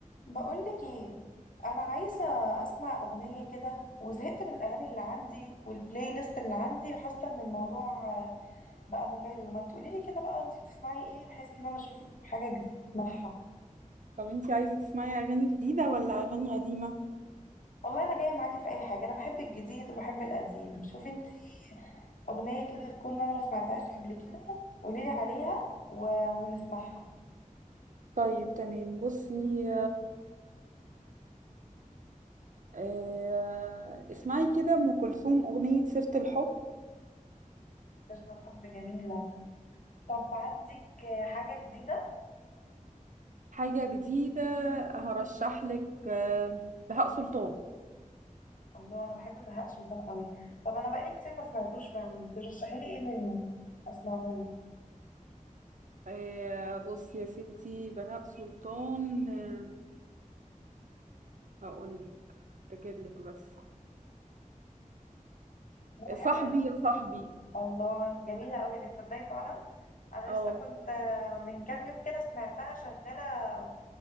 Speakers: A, on the left (about 75°); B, on the right (about 65°).
A: بقولك ايه انا عايزه اسمع اغنيه كده وزهقت من الاغاني اللي عندي والبلاي ليست اللي عندي وحاسه ان الموضوع آه، بقى ممل ما تقوليلي كده بقى انت بتسمعي ايه بحيث ان انا اشوف حاجه جديده اسمعها
B: طب انتي عايزة تسمعي أغاني جديدة ولا أغاني قديمة؟
A: والله انا جايه معاكي في اي حاجه انا بحب الجديد وبحب القديم شوفي انت اغنيه كده تكون انا ما سمعتهاش قبل كده قوليلي عليها و... ونسمعها
B: طيب تمام بصي آه اسمعي كده أم كلثوم أغنية سيرة الحب
A: تشرب حب جميله طب عندك آه، حاجه جديده
B: حاجة جديدة هرشحلك آه بهاء سلطان
A: الله انا بحب بهاء سلطان قوي طب انا بقالي كتير ما سمعتوش فعلا ترشحي لي ايه منه اسمعه له
B: آه بصي يا ستي بهاء سلطان آه هقولك افتكرلك بس
A: انا بحب
B: صاحبي يا صاحبي
A: الله جميله قوي دي تصدقي فعلا انا
B: اه
A: لسه كنت آه، من كام يوم كده سمعتها شغاله